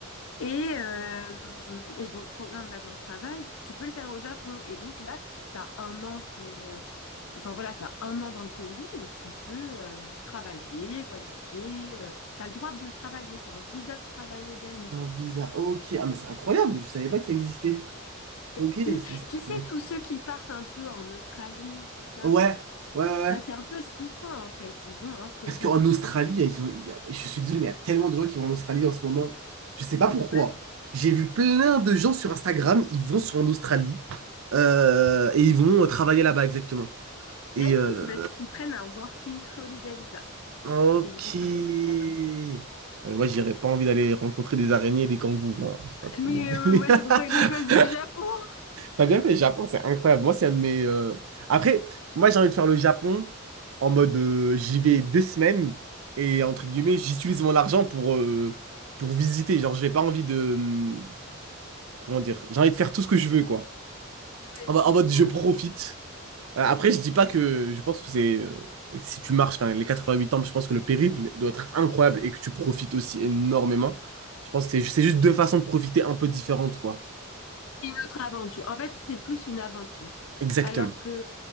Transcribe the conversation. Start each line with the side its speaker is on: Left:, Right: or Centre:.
Left: Et, euh, et donc, programme vacances-travail, tu peux le faire au Japon. Et donc là, tu as un an pour, euh, Enfin voilà, tu as un an dans le pays et tu peux euh, travailler, voyager. euh, tu as le droit de travailler, c'est un visa de travail également.
Right: un visa. Ok. Ah, mais c'est incroyable. Je savais pas que ça existait.
Left: Et
Right: Ok. c'est-
Left: si, tu sais,
Right: Ouais.
Left: tous ceux qui partent un peu en Australie, tout ça,
Right: Ouais, ouais. ouais.
Left: bah c'est un peu ce qu'ils font en fait. Ils ont un PVT.
Right: Parce qu'en Australie, ils ont- il y a- je suis désolé, mais il y a tellement de gens qui vont en Australie en ce moment. Je sais pas pourquoi.
Left: Ouais.
Right: J'ai vu plein de gens sur Instagram, ils vont sur en Australie euh, et ils vont euh, travailler là-bas exactement. Et
Left: Bah oui,
Right: euh,
Left: c'est parce qu'ils prennent un Working Holiday Visa
Right: ok.
Left: et ils vont travailler
Right: Ouais,
Left: là-bas.
Right: mais moi, j'aurais pas envie d'aller rencontrer des araignées et des kangourous. hein. C'est pas trop
Left: Mais
Right: mon délire.
Left: euh, moi,
Right: <laughs>
Left: c'est pour ça que j'ai choisi le Japon. <laughs>
Right: T'as bien fait, le Japon, c'est incroyable. Moi, c'est un de mes. euh, Après, moi, j'ai envie de faire le Japon en mode euh, j'y vais deux semaines et entre guillemets, j'utilise mon argent pour, euh, pour visiter. Genre, j'ai pas envie de. hum, Comment dire? J'ai envie de faire tout ce que je veux, quoi.
Left: Ouais,
Right: En, mo-
Left: je
Right: en
Left: comprends.
Right: mode je profite. Euh, Après, je dis pas que. Je pense que c'est. euh, Si tu marches, enfin, les huit ans, je pense que le périple doit être incroyable et que tu profites aussi énormément. Je pense que c'est c'est juste deux façons de profiter un peu différentes, quoi.
Left: Autre aventure. En fait, c'est plus une aventure.
Right: Exactement.
Left: Alors que